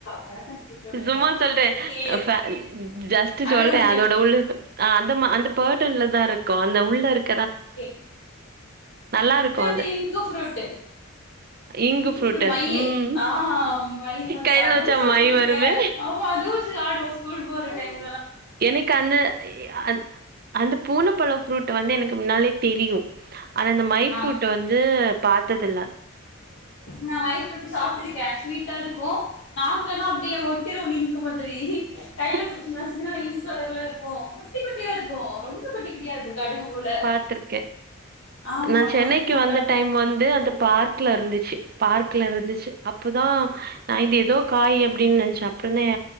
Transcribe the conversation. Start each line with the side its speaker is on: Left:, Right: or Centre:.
Left: பேஷன் ஃப்ரூட்டோடதா
Right: சும்மா சொல்றே
Left: ஓகே
Right: ஃப ஜஸ்ட்
Left: அதே
Right: சொல்றே
Left: மாதிரி
Right: அது உள்ள அ அந்தமா அந்த பேர்டன்ல தா இருக்கு அந்த உள்ள இருக்
Left: ஒகே
Right: நல்லா
Left: ஜஸ்ட்டு
Right: இருக்கு
Left: வந்து
Right: அது
Left: இங்க்கு ஃபுருட்டு
Right: இங்கு
Left: இங்க்
Right: ஃப்ரூட்டு
Left: ஃபுருட் மையி
Right: ம்
Left: அ மைய் மாரி
Right: கைல
Left: அதுவு
Right: வச்சா
Left: சாப்ட்ருக்கே
Right: மை வருமே
Left: ஆமா அத வச்சு ஆடுவோ ஸ்கூல் போற டைம்
Right: எனக்கு அந்த அ அந்த பூன பழ ஃப்ரூட் வந்து எனக்கு முன்னாலே தெரியு ஆனா அந்த மை ஃப்ரூட்
Left: ஆ
Right: வந்து பாத்ததுல
Left: நா வயஃப் விட்டு சாப்ட்ருக்கே ஸ்வீட்டா இரு க்கு நாக்கலா அப்டியே ஒட்டிரு இன்க் மாதிரி கையில
Right: ம்
Left: புடிச்சா இன்க் கலர்ல இரு க்கு குட்டி குட்டியா இருக்கு ரொம்ப குட்டிக்குட்டியாருக்கு கடுகு போல
Right: பாத்திருக்கே
Left: ஆமா
Right: நா சென்னைக்கு
Left: நல்லா
Right: வந்த
Left: இருக்கு
Right: டைம் வந்து அந்த பார்க்குல இருந்துச்சு பார்க்குல இருந்துச்சு அப்போ தா நா இது எதோ காய் அப்டின் நெனச்ச அப்றந்தா